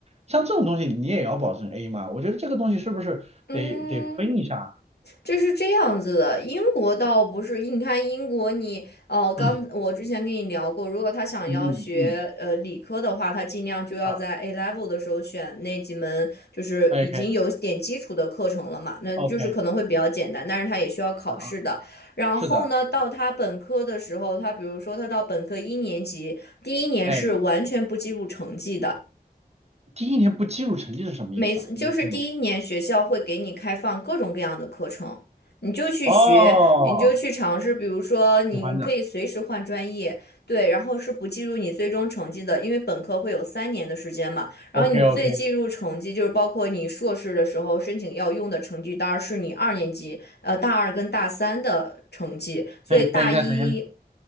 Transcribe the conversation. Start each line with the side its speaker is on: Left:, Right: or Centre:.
Right: 像这种东西你也要保证 A 嘛？我觉得这个东西是不是得得分一下？
Left: 嗯，这是这样子的，英国倒不是，你看英国你，哦，刚我之前跟你聊过，
Right: <clears throat> 嗯
Left: 如果他想要学呃理科的话，
Right: 嗯嗯
Left: 他尽量就要在
Right: 啊
Left: A level 的时候选那几门就是已经有点基础的课程了嘛，
Right: ，OK
Left: 那就是可能会比较简单，
Right: OK
Left: 但是他也需要考试的。
Right: 啊啊，
Left: 然后呢，
Right: 是的，
Left: 到他本科的时候，他比如说他到本科一年级，第一年是完全不计入成绩的。
Right: 哎，第一年不计入成绩是什么意思啊？
Left: 每次就是第一年学校会给你开放各种各样的课程，
Right: 我没听懂。
Left: 你就去学，
Right: 哦，
Left: 你就去尝试。比如说，你可以随时换专业，
Right: 喜欢的。
Left: 对，然后是不计入你最终成绩的，因为本科会有三年的时间嘛。然后你最计入成绩就是包括你硕士的时候申请要用的成绩单，
Right: OK OK，
Left: 是你二年级，呃，大二跟大三的成绩。所以大一，
Right: 等等一下，等一下，